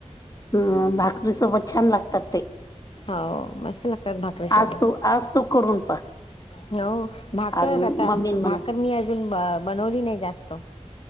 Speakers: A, on the left; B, on the left.
A: हम्म भाकरी सोबत छान लागतात ते.
B: हो मस्त लागतात भाकरीसोबत.
A: आज तू आज तू करून
B: हो
A: पहा
B: भाकर
A: आज
B: भाकर
A: मम्मी म्हणा
B: मी अजून बनवली नाही जास्त